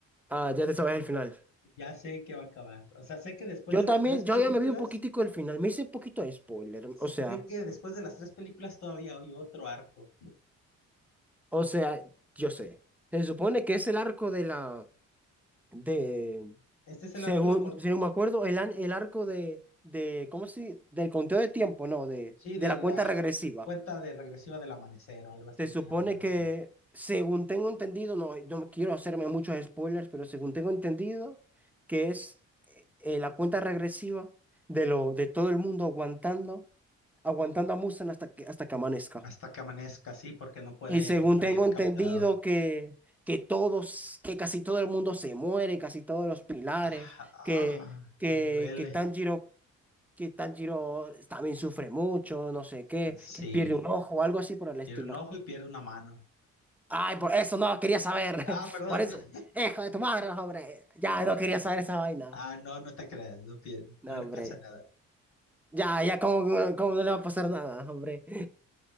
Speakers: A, in the centre; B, on the left.
A: Ah, ya te sabes el final.
B: Ya sé que va a acabar. O sea, sé que después
A: Yo
B: de las
A: también,
B: tres películas,
A: yo ya me vi un poquitico el final. Me hice un poquito de spoiler.
B: sé
A: O sea,
B: que después de las tres películas todavía hay otro arco.
A: o sea, yo sé. Se supone que es el arco de la. de,
B: Este es
A: según,
B: el arco de la, for-
A: según me acuerdo, el, an- el arco de, de, ¿cómo se? Del conteo de tiempo, no, de,
B: sí,
A: de
B: de
A: la
B: la
A: cuenta regresiva.
B: cuenta de regresiva del amanecer o algo así
A: Se supone
B: se llama el
A: que,
B: tema.
A: según tengo entendido, no, no quiero hacerme muchos spoilers, pero según tengo entendido, que es eh, eh, la cuenta regresiva de lo, de todo el mundo aguantando, aguantando a Mustang hasta que, hasta que amanezca.
B: Hasta que amanezca, sí, porque no puede
A: Y según
B: morir
A: tengo
B: decapitado.
A: entendido que, que todos, que casi todo el mundo se muere, casi todos los pilares,
B: Ah, ah,
A: que, que,
B: me duele.
A: que Tanjiro, que Tanjiro también sufre mucho, no sé qué,
B: Sí,
A: que pierde un ojo, algo así por el estilo.
B: pierde un ojo y pierde una mano.
A: Ay, por eso no quería saber. <laughs>
B: Ah, perdón.
A: Por eso,
B: <laughs>
A: hijo de tu madre, no, hombre. Ya no quería saber esa vaina.
B: Ah, no, no te creas, no pierde,
A: No,
B: no le
A: hombre.
B: pasa nada.
A: Ya, ya, ¿cómo, cómo no le va a pasar nada, hombre?